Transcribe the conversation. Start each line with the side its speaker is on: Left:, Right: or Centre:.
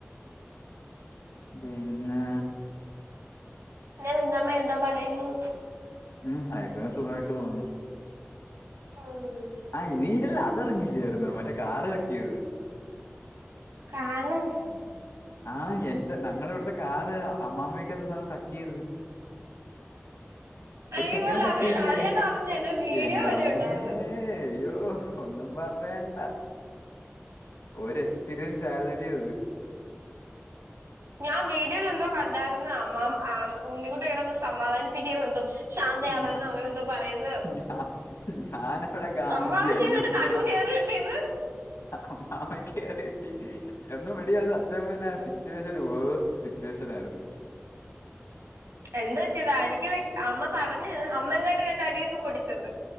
Left: പിന്നെ
Right: ന്നെ മ്മ മ്മ എന്താ പറയുന്നു
Left: ഉ ഐസേ സുഖമായിട്ട് പോന്നു
Right: ഉം
Left: ആ നീര്ല്ല അതറിഞ്ഞില്ലായിര്ന്നൊ മറ്റേ കാറട്ടിയത്
Right: കാാലട്ട
Left: ആഹ് എൻ്റെ ഞങ്ങളുടെ ഇവിടുത്തെ കാറ് അമ്മാമയ്ട്ട് <unintelligible> തട്ടിയത് ഒരു
Right: അയ്യോ
Left: ചെക്കനെ
Right: അല്ല
Left: തട്ടിയില്ലേ
Right: അത് അത് ഞാൻ അറിഞ്ഞേന്റെ വീഡിയോ
Left: എന്റെമ്മേ
Right: വരെ ഉണ്ടായിരുന്നു
Left: അയ്യോ ഒന്നും പ പറയണ്ട ഒരു എക്സ്പീരിയൻസ് ആയിരുന്നെടീയത്
Right: ഞാൻ വീഡിയോലെന്തോ കണ്ടാരുന്നു. അമ്മാമ ആഹ് ഉണ്ണികുട്ടൻ ഇങ്ങനൊന്നു സമാധാനിപ്പിക്കാനൊ എന്തോ ശാന്തയാവാനോ
Left: ഞ
Right: അങ്ങനെ എന്തോ പറയുന്നത്
Left: ഞാ ഞാനവിടെ ഗാന്ധിജിയാരുന്നു
Right: അമ്മാമ്മക്ക് എങ്ങാണ്ട് നടുവിന് ഏറ് കിട്ടിയെന്ന്
Left: ആ കേറി എന്നും മടി യത് സത്യം പറഞാ ആ സിറ്റുവേഷൻ ഒരു വേർസ്റ്റ് സിറ്റുവേഷൻ ആയിരുന്നു
Right: എന്തറ്റിയതാ എനിക്ക് ലൈക് അമ്മ പറഞ്ഞ് അമ്മയുംങ്ങാട്ട് രണ്ട അടിയൊക്കെ പൊടിച്ചന്ന്